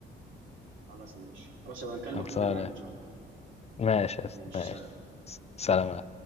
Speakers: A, on the right; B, on the left.
A: خلاص ماشي خلاص يبقى نكلمك
B: خلصانة
A: اتفق معاك ان شاء الله
B: ماشي يا أسطى،
A: ماشي
B: ماشي
A: سلام
B: سلام